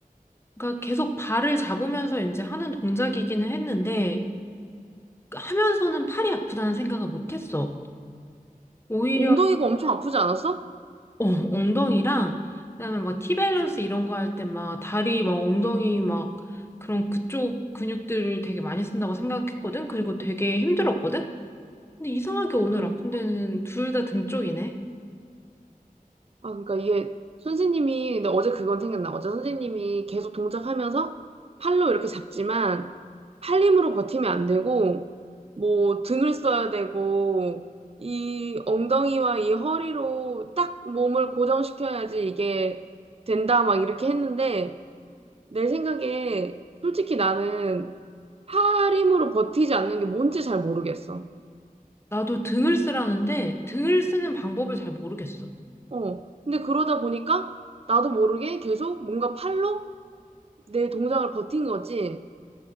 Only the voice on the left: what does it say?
그러니까 계속 발을 잡으면서 이제 하는 동작이기는 했는데, 하면서는 팔이 아프다는 생각을 못 했어. 오히려
어, 엉덩이랑 그다음에 막 티밸런스 이런 거 할 때 막 다리 막 엉덩이 막 그런 그쪽 근육들을 되게 많이 쓴다고 생각했거든. 그리고 되게 힘들었거든. 근데 이상하게 오늘
아픈 데는 둘 다 등 쪽이네.
나도 등을 쓰라는데 등을 쓰는 방법을 잘 모르겠어.